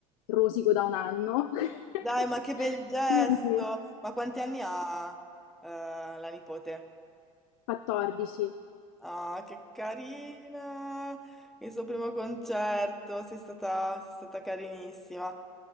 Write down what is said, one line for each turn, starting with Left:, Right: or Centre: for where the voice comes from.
Left: rosico da un anno. <laughs>
Centre: Dai, ma che bel gesto!
Left: Quindi
Centre: Ma quanti anni ha, eh, la nipote?
Left: 14.
Centre: Ah, che carina! Il suo primo concerto, sei stata, sei stata carinissima.